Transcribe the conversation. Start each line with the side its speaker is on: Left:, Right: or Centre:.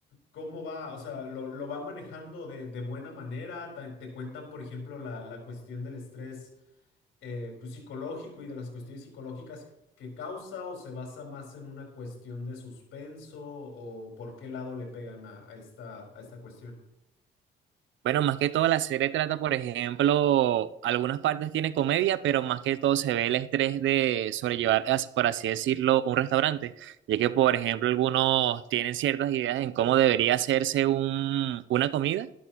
Left: ¿cómo va? O sea, ¿lo, lo va manejando de, de buena manera? ¿Te, te cuentan, por ejemplo, la, la cuestión del estrés eh, pues, psicológico y de las cuestiones psicológicas que causa o se basa más en una cuestión de suspenso o por qué lado le pegan a, a esta, a esta cuestión?
Right: Bueno, más que todo la serie trata, por ejemplo, algunas partes tiene comedia, pero más que todo se ve el estrés de sobrellevar, as- por así decirlo, un restaurante, ya que, por ejemplo, algunos tienen ciertas ideas en cómo debería hacerse un, una comida